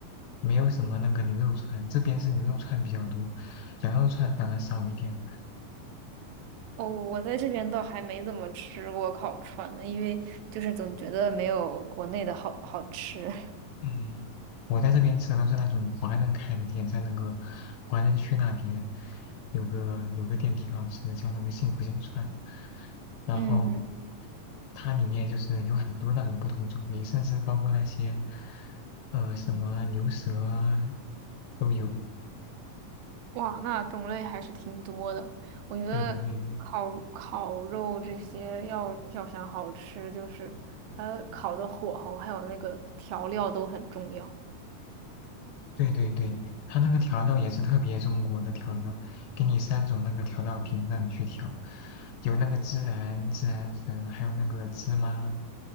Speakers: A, on the left; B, on the right.
A: 没有什么那个牛肉串，这边是牛肉串比较多，羊肉串反而少一点。
B: 哦，我在这边倒还没怎么吃过烤串呢，因为就是总觉得没有国内的好好吃。<laughs>
A: 嗯，我在这边吃的都是那种华人开的店，在那个华人区那边有个有个店挺好吃的，叫那个幸福小串，然后
B: 嗯。
A: 它里面就是有很多那种不同种类，甚至包括那些呃什么牛舌啊都有。
B: 哇，那种类还是挺多的。我觉得烤烤肉这些要要想好吃，
A: 对的，对的。
B: 就是它烤的火候还有那个调料都很重要。
A: 对对对，它那个调料也是特别中国的调料，给你三种那个调料瓶让你去调，有那个孜然、孜然粉，还有那个芝麻，